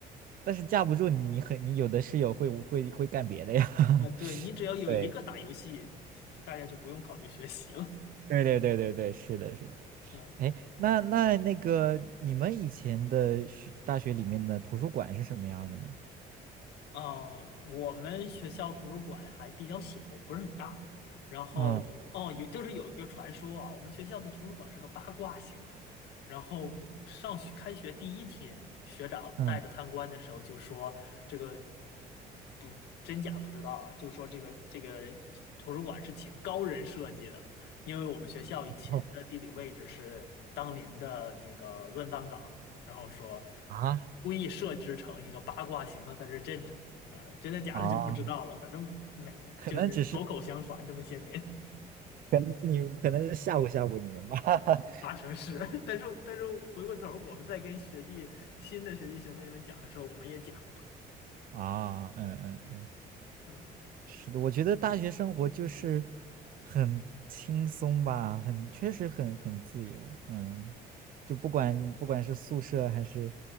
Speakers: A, on the right; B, on the left.
A: 但是架不住你很，你有的室友会会会干别的呀。<laughs>
B: 那对你只要有一个打游戏，
A: 对
B: 就就大家就不用考虑学习了。
A: 对对对对对，是的，是的。
B: 嗯
A: 哎，那那那个你们以前的学大学里面的图书馆是什么样的呢？
B: 呃，我们学校图书馆还比较小，不是很大。然后哦，
A: 嗯
B: 有就是有一个传说啊，我们学校的图书馆是个八卦型的。然后上学开学第一天，学长带着参观的时候就说这个
A: 嗯，
B: 嗯不真假不知道啊，就说这个这个图书馆是请高人设计的，因为我们学校以前的地理位置是当年的那个乱葬岗，
A: 哦
B: 然后说
A: 啊。
B: 故意设置成一个八卦型的在这镇着。啊，真的假的就不知道了，
A: 啊
B: 反正每就是口口相传这么些年，
A: 可能只是，可能是你，可能是吓唬吓唬你们吧。<laughs>
B: 呃八成是。<laughs> 但是但是回过头儿，我们在跟学弟新的学弟学妹们讲的时候，我们也讲，
A: 啊，嗯嗯嗯，
B: 嗯
A: 是的，我觉得大学生活就是很轻松吧，很，确实很很自由。嗯，就不管不管是宿舍还是